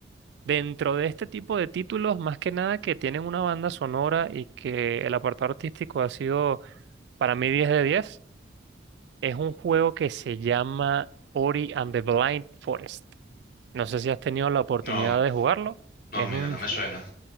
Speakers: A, on the right; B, on the left.
A: Dentro de este tipo de títulos, más que nada que tienen una banda sonora y que el apartado artístico ha sido para mí 10 de 10. Es un juego que se llama Ori and the Blind Forest. No sé si has tenido la oportunidad
B: No,
A: de jugarlo.
B: no,
A: Es
B: mira,
A: un,
B: no
A: ju-
B: me suena.